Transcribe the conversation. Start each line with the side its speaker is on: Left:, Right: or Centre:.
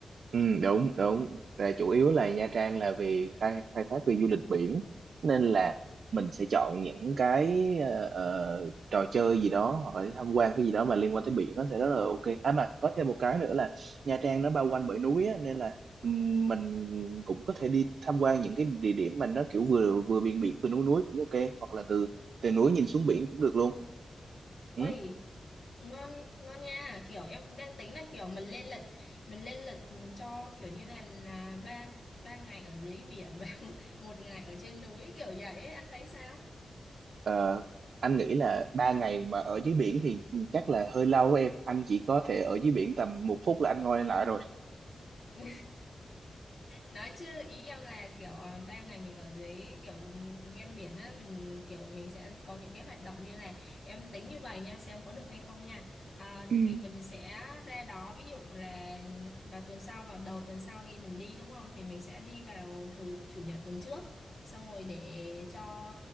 Right: Ừ, đúng đúng là chủ yếu là Nha Trang là vì khai khai thác về du lịch biển nên là mình sẽ chọn những cái ờ, ờ, trò chơi gì đó hoặc là tham quan cái gì đó mà liên quan tới biển nó sẽ rất là ok à mà có thêm một cái nữa là Nha Trang nó bao quanh bởi núi á, nên là ừm, mình cũng có thể đi tham quan những cái địa điểm mà nó kiểu vừa vừa biển biển vừa núi núi cũng ok hoặc là từ từ núi nhìn xuống biển cũng được luôn ừ?
Left: Ôi, ngon ngon nha, kiểu em cũng đang tính là kiểu mình lên lịch mình lên lịch ừ, cho kiểu như là là ba ba ngày ở dưới biển và <laughs> một ngày ở trên núi kiểu vậy ấy, anh thấy sao?
Right: Ờ, anh nghĩ là ba ngày mà ở dưới biển thì chắc là hơi lâu em anh chỉ có thể ở dưới biển tầm một phút là anh ngồi lại rồi
Left: <laughs> nói chứ ý em là kiểu ờ, ba ngày mình ở dưới kiểu vùng ven biển á mình kiểu mình sẽ có những cái hoạt động như là em tính như vậy nha xem có được hay không nha à,
Right: ừ
Left: thì mình sẽ ra đó ví dụ là vào tuần sau vào đầu tuần sau đi mình đi đúng không thì mình sẽ đi vào thứ chủ nhật tuần trước xong rồi để cho